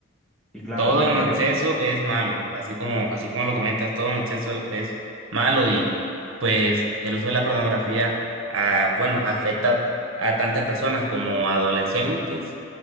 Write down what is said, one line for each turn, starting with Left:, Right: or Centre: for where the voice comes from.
Centre: y claro,
Right: Todo
Centre: bueno,
Right: en
Centre: agrego.
Right: exceso es malo, así como, así como lo comentas, todo en exceso es malo y pues el uso de la pornografía, ah, bueno, afecta a tantas personas como adolescentes,